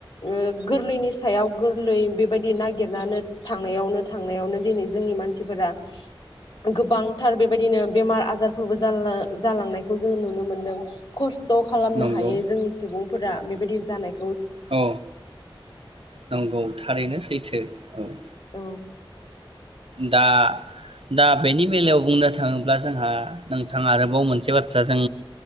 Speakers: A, on the left (about 60°); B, on the right (about 85°).
A: ओ गोरलैनि सायाव गोरलै बेबायदि नागिरनानो थांनायावनो थांनायावनो दिनै जोंनि मानसिफोरा गोबांथार बेब बेबायदिनो बेमार आजारफोरबो जालला जालांनायखौ जोङो नुनो मोनदों खुस थ खालामनो
B: नंगौ
A: हायो जोंनि सुबुं फोरा बेबायदि जानाय
B: औ नंगौ थारैनो सैथो। ओं
A: औ
B: दा दा बेनि बेलायाव बुंनो थाङोब्ला जोंहा नोंथां आरोबाव मोनसे बाथ्रा जों